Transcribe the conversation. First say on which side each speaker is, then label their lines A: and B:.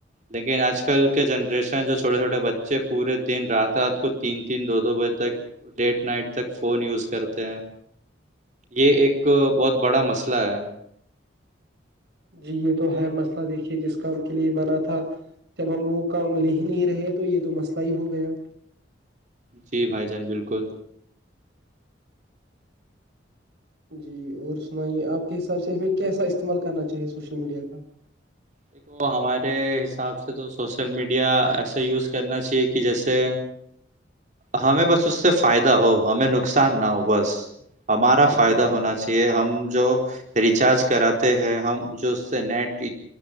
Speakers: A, on the right; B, on the right.
A: لیکن آج کل کے جنریشن چھوٹے چھوٹے بچے چبے پورے دن رات رات کو تین تین دو دو بجے تک لیٹ نائٹ تک فون یوز کرتے ہیں یہ ایک بہت بڑا مسئلہ ہے
B: جی یہ تو ہے مسئلہ دیکھیے جس کام کے لیے یہ بنا تھا جب ہم وہ کام لے ہی نہیں رہے تو یہ تو مسئلہ ہی ہو گیا
A: جی بھائی جان بالکل
B: جی اور سنائیے آپ کے حساب سے ہمیں کیسا استعمال کرنا چاہیے سوشل میڈیا کا
A: دیکھو ہمارے حساب سے تو سوشل میڈیا ایسے یوز کرنا چاہیے کہ جیسے ہمیں بس اس سے فائدہ ہو ہمیں نقصان نہ ہو بس ہمارا فائدہ ہونا چاہیے ہم جو ریچارج کراتے ہیں ہم جو اس سے نیٹ